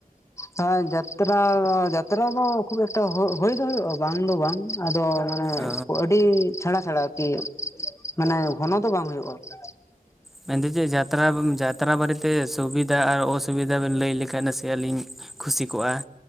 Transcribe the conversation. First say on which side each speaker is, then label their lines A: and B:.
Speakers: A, on the left; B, in the centre.
A: ᱦᱮᱸ ᱡᱟᱛᱨᱟ ᱡᱟᱛᱨᱟ ᱫᱚ ᱠᱷᱩᱵ ᱮᱠᱴᱟ ᱦᱩᱭ ᱫᱚ ᱦᱩᱭᱩᱜᱼᱟ ᱵᱟᱝ ᱫᱚ ᱵᱟᱝ ᱟᱫᱚ ᱢᱟᱱᱮ
B: ᱚ
A: ᱟᱹᱰᱤ ᱪᱷᱟᱲᱟ ᱪᱷᱟᱲᱟ ᱠᱤ ᱢᱟᱱᱮ ᱜᱷᱚᱱᱚ ᱫᱚ ᱵᱟᱝ ᱦᱩᱭᱩᱜᱼᱟ ᱟᱨᱠᱤ
B: ᱢᱮᱱ ᱫᱟᱹᱧ ᱡᱮ ᱡᱟᱛᱨᱟ ᱡᱟᱛᱨᱟ ᱵᱟᱨᱮᱛᱮ ᱥᱩᱵᱤᱫᱟ ᱟᱨ ᱚᱥᱩᱵᱤᱫᱟ ᱵᱮᱱ ᱞᱟᱹᱭ ᱞᱮᱠᱷᱟᱱ ᱱᱟᱥᱮ ᱟ ᱞᱤᱧ ᱠᱷᱩᱥᱤ ᱠᱚᱜᱼᱟ